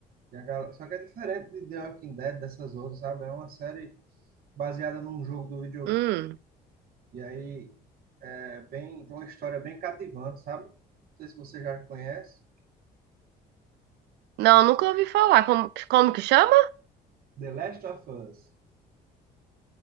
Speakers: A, on the right (about 60°); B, on the right (about 80°).
A: que a galera, só que é diferente de The Walking Dead, dessas outras, sabe? É uma série baseada num jogo do videogame,
B: Hum.
A: e aí é bem, tem uma história bem cativante, sabe? Não sei se você já conhece.
B: Não, nunca ouvi falar. Como, como que chama?
A: The Last of Us.